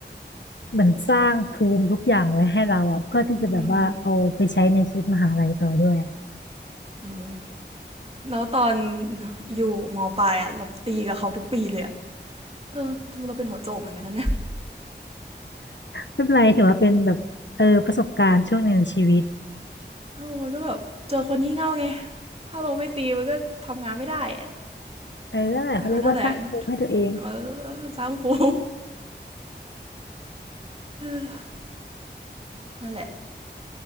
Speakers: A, on the left (about 75°); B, on the right (about 30°).
A: เหมือนสร้างภูมิทุกอย่างไว้ให้เราอ่ะเพื่อที่จะแบบว่าเอาไปใช้ในชีวิตมหาลัยต่อด้วย
B: อืมอืมเออแล้วตอนอยู่มปลายอะเราตีกับเขาทุกปีเลยอะเออดูเราเป็นหัวโจกเหมือนกันนะเนี่ย
A: ไม่เป็นไรถือว่าเป็นแบบเออประสบการณ์ช่วงหนึ่งในชีวิต
B: เออมันก็แบบเจอคนงี่เง่าไงถ้าเราไม่ตีมันก็ทำงานไม่ได้อะ
A: เออนั่นแหละเขาเรียกว่าสร้างภูมิให้ตัวเอง
B: แต่ก็นั่นแหละเออสร้างครู <laughs> นั่นแหละ